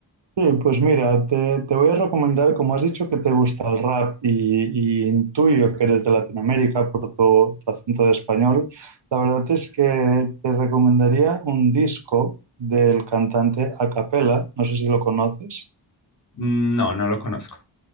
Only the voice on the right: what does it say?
Sí, pues mira, te, te voy a recomendar, como has dicho que te gusta el rap y, y intuyo que eres de Latinoamérica por tu, tu acento de español, la verdad es que te recomendaría un disco del cantante Acapella, no sé si lo conoces.